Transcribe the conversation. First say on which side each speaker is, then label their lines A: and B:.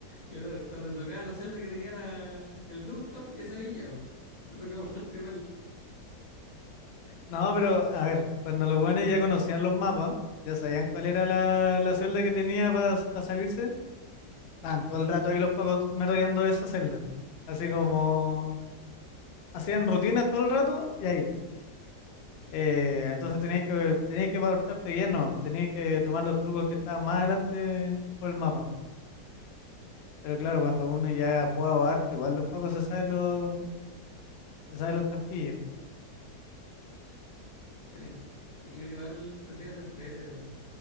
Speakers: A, on the left (about 30°); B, on the left (about 80°).
A: Claro, Cuando te tocaba la celda que tenía la- el ducto, ya sabía, po. te tocaba portarte mal.
B: No, pero a ver, cuando los buenos ya conocían los mapas, ya sabían cuál era la, la celda que tenía para salirse, estaban todo el rato ahí los pacos merodeando esa celda. Así como hacían rutinas todo el rato y ahí. Eh, entonces
A: Sí,
B: tenías que, tenías que portarte bien, no, tenías que tomar los trucos que estaban más adelante por el mapa. Pero claro, cuando uno ya ha jugado harto, igual los pacos se saben los, se saben los trampillas.
A: sí. Sí, pero igual se hacía reentrete.